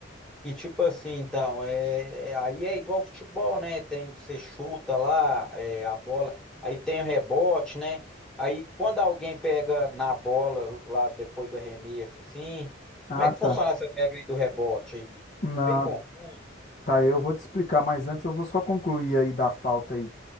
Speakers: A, in the centre; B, on the left.
A: E tipo assim, então, é, é- aí é igual futebol, né? Tem, você chuta lá, é, a bola, aí tem o rebote, né? Aí quando alguém pega na bola lá depois do arremesso, assim,
B: Ah,
A: como é que funciona
B: tá.
A: essa regra aí do rebote aí?
B: Não,
A: Meio confuso.
B: Tá, eu vou te explicar, mas antes eu vou só concluir aí da falta aí.